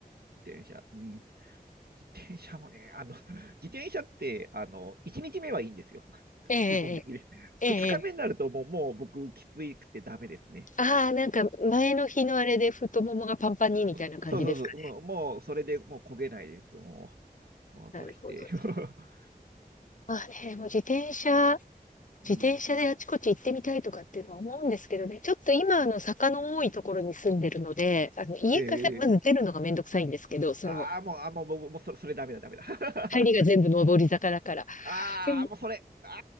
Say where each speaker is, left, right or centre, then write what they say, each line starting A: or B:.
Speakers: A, on the right; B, on the left.
A: 自転車。うん。自転車もね、あの、<laughs> 自転車って、あの、1日目はいいんですよ。<laughs>
B: ええ、
A: 基本的に。
B: ええ、
A: 2日目になるともう、
B: ええ。
A: もう僕、きついくてダメですね。
B: ああ、なんか前の日のあれで太ももがパンパンにみたいな感じですか。
A: そそうそうそうもう、もうそれでもう焦げないです。もう、もうとして。
B: なるほどね。
A: <laughs>
B: まあね、もう自転車
A: うん、
B: 自転車であちこち行ってみたいとかっていうのは思うんですけどね、ちょっと今、あの、坂の多いところに住んでるので、あの、家からまず出るのがめんどくさいんですけど、
A: えー、
B: その、
A: ああ、もう、あもう、もう、もうそれ、それダメだ、ダメだ。<laughs>
B: 入りが全部上り坂だから。
A: ああ、
B: でも、
A: もうそれ、あ